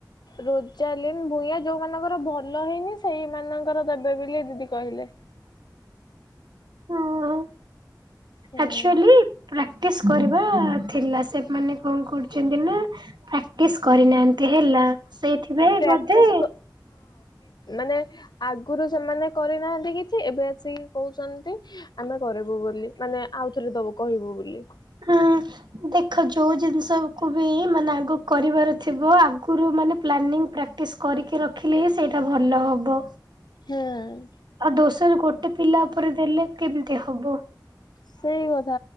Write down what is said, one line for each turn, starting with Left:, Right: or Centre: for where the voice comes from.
Left: ରୋଜାଲିନ ଭୂୟାଁ ଯୋଉମାନଙ୍କର ଭଲ ହେଇନି ସେଇମାନ ର ଦେବେ ବୋଲି ଦିଦି କହିଲେ।
Right: <inaudible> ହୁଁ,
Left: ହଁ
Right: ଆଚୁଆଲି ପ୍ରାକ୍ଟିସ୍ କରିବା ଥିଲା। ସେମାନେ କଣ କରୁଛନ୍ତି ନା ପ୍ରା ଟିସ୍ କରିନାହାନ୍ତି ହେଲା। ସେଇଥିପାଇ
Left: ପ୍ରାକ୍ଟିସ୍
Right: ବୋଧେ
Left: ହଁ ମାନେ ଆଗରୁ ସେମାନେ କରିନାହାନ୍ତି କିଛି ଏବେ ଆସିକି କହୁଛନ୍ତି ଆମେ କରିବୁ। ବୁ ବୋଲି ମାନେ ଆଉ ଥରେ ଦବୁ କହିବୁ ବୋଲି।
Right: ହଁ। ଦେଖ ଯୋଉ ଜିନିଷ କୁ ବି ମାନେ ଆଗ କରିବାର ଥିବ ଆଗରୁ ମାନେ ପ୍ଲାନିଂ ପ୍ରାକ୍ଟିସ କରିକି ରଖିଲେ ହିଁ ସେଇଟା ଭଲ ହବ।
Left: ହୁଁ।
Right: ଆଉ ଦୋଷରୁ ଗୋଟେ ପିଲା ଉପରେ ଦେଲେ କେମିତି ହବ
Left: ସେଇ କଥା